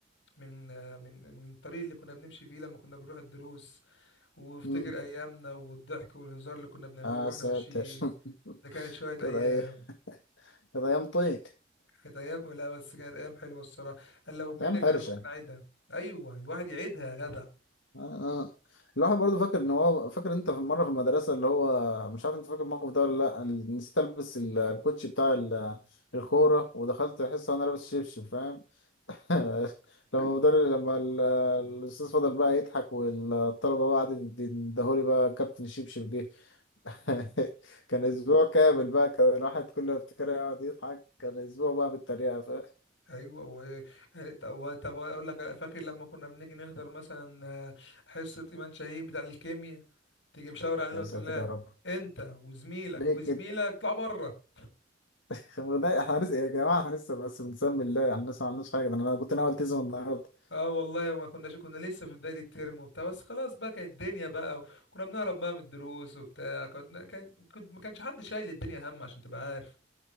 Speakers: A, on the left; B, on the left.
A: من آه، من من الطريق اللي كنا بنمشي فيه لما كنا بنروح الدروس وافتكر
B: مم.
A: ايامنا والضحك والهزار اللي كنا بنعمله
B: آه
A: واحنا
B: ساتر
A: ماشيين
B: <laughs>
A: ده كانت شويه
B: كده
A: ايام
B: ايه كده ايام طيب
A: كانت ايام لا بس كانت ايام حلوه الصراحه قال لو مني
B: ايام
A: ان
B: حرشه
A: انا ممكن اعيدها ايوه الواحد يعيدها يا جدع
B: آه. آه. الواحد برضه فاكر ان هو فاكر انت في مره في المدرسه اللي هو مش عارف انت فاكر الموقف ده ولا لا ال- نسيت البس ال- الكوتشي بتاع ال- الكوره ودخلت الحصه وانا لابس شبشب فاهم <laughs>
A: <laughs>
B: لما المدرب لما ال- الاستاذ فضل بقى يضحك والطلبه بقى قعدت تدهولي بقى كابتن الشبشب جه <laughs> كان اسبوع كامل بقى كان الواحد كل ما يفتكرها يقعد يضحك كان اسبوع بقى بالتريقه فاهم
A: ايوه و... يعني ط- و- طب اقول لك فاكر لما كنا بنيجي نحضر مثلا آه، حصه ايمان شاهين بتاع الكيمياء تيجي مشاور علينا
B: يا
A: وتقول
B: ساتر
A: لنا
B: يا رب
A: انت وزميلك
B: ليه
A: وزميلك
B: كده
A: اطلعوا بره
B: <laughs> احنا لسه يا جماعه احنا لسه بس بنسمي الله يعني الناس ما عملناش حاجه ده انا كنت ناوي التزم النهارده
A: اه والله ما كناش كنا لسه في بداية الترم وبتاع بس خلاص بقى كانت الدنيا بقى كنا بنهرب بقى من الدروس وبتاع كنا كان كنت ما كانش حد شايل الدنيا هم عشان تبقى عارف